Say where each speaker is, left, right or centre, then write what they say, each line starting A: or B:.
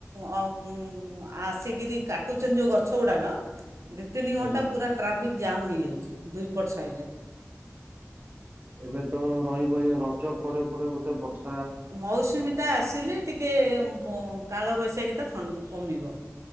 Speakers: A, on the right (about 70°); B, on the right (about 35°).
A: ଅଁ ଆସିକିରି କାଟୁଛନ୍ତି ଯୋଉ ଗଛ ଗୁଡାକ ଦି ତିନି ଘଣ୍ଟା
B: ଆଜ୍ଞା
A: ପୁରା ଟ୍ରାଫିକ୍ ଜାମ୍ ହେଇଯାଉଛି ଦୁଇ ବର୍ଷ ଫାଇଲିନ
B: ଏବେ ତ ରହିବ ଏ ରଜ ପରେ ପରେ ଗୋଟେ ବର୍ଷ
A: ମୌସୁମୀଟା ଆସିଲେ ଟିକେ ବ କାଳ ବୈଶାଖୀଟା ଥନ କମିବ